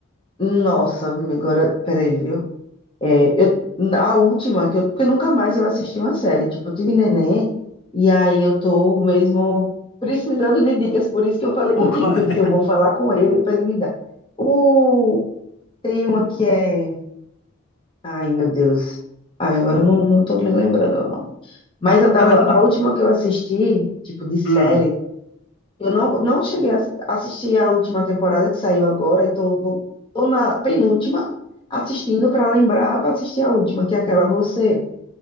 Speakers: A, on the left (about 25°); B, on the left (about 70°).
A: nossa, agora, peraí, viu? É, eu, a última, que eu, porque nunca mais eu assisti uma série, tipo, eu tive neném, e aí eu tô mesmo precisando de dicas, por isso que eu falei
B: Por
A: contigo,
B: co...
A: que
B: <laughs>
A: eu disse, eu vou falar com ele para ele me dar. O Tem uma que é. Ai, meu Deus. Ai, agora eu não, não tô me lembrando o nome. Mas eu tava.
B: Não, mas tudo...
A: A última que eu assisti, tipo, de série,
B: Hum.
A: eu não, não cheguei a assi- assistir a última temporada que saiu agora, e tô, vou- tô na penúltima assistindo pra lembrar pra assistir a última, que é aquela Você